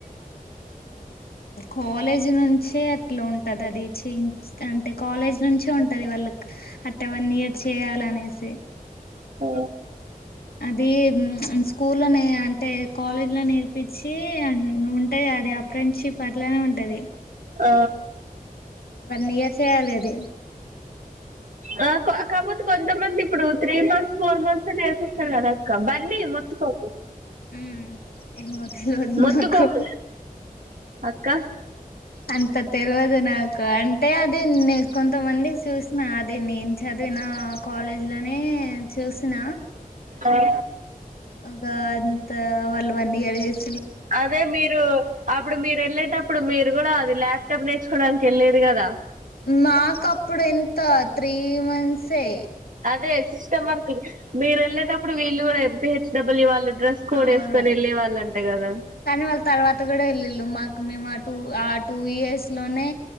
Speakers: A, on the left; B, on the right.
A: కాలేజ్ నుంచే అట్లా ఉంటది అది చేఇంచు అంటే కాలేజ్ నుంచే ఉం టది వాళ్ళకు అట్టే వన్ ఇయర్ చేయాలనేసి
B: ఆ
A: అది స్కూల్ లానే అంటే కాలేజ్ లో నేర్పించి ఆం ఉంటాయి గా అది ఆ ఫ్రెండ్షిప్ అట్లానే ఉంటది
B: ఆ
A: వన్ ఇయర్ చేయాలి అది
B: ఆ కో కాపోతే కొంతమంది ఇప్పుడు త్రీ మంత్స్ ఫోర్ మంత్స్ ఎ నేర్పిస్తారు కదా అక్క బన్నీ మొత్తుకోక
A: ఉమ్ ఏమో తెల్వదు
B: మొత్తుకోకు
A: నాకు
B: అక్క
A: అంత తెలవదు నాకు అ టే అది నేను కొంతమందికి చూసినా అది నేను చదివిన కాలేజ్ లోనే చూసిన
B: అఓ
A: ఒక అంత వాళ్ళు వన్ ఇయర్ చేసి
B: అదే మీరు ఆప్పుడు మీరు ఎల్లే అంటే అపుడు మీరు కూడా అది ల్యాప్టాప్ నేర్చుకోడానికి వెళ్ళేది కదా
A: మాకు అప్పుడు ఎంత త్రీ మంత్సే
B: అదే సిస్టం వర్క్ మీరు వెళ్ళేటప్పుడు వీళ్ళు కూడా ఎపీహెచ్డబ్ల్యూ వాళ్ళు డ్రెస్ కోడ్
A: అవును
B: వేసుకొని వెళ్ళే వాళ్ళు అంట కదా
A: కానీ వాళ్ళు తర్వాత గూడా ఎళ్ళిళ్ళు మాకు మేము ఆ టూ ఆ టూ ఇయర్స్ లోనే